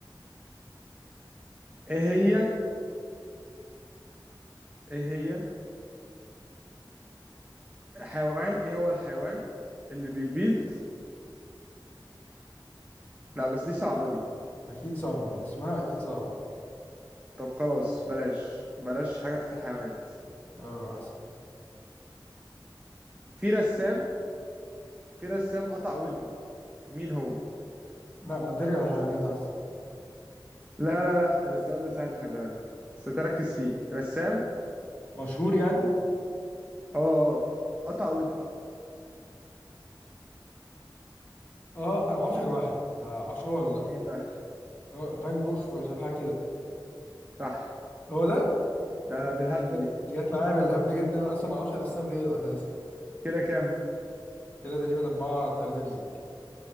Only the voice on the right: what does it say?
ايه هي ايه هي حيوان ايه هو الحيوان اللي بيبيض لا بس دي صعبه دي
طب خلاص بلاش بلاش حاجه في الحيوانات
في رسام في رسام قطع ودنه مين هو
لا لا لا السؤال ده سهل خلي بالك بس تركز فيه رسام
اه اه قطع ودنه
مين بقى
صح
ده بالهبد
دي
كده كام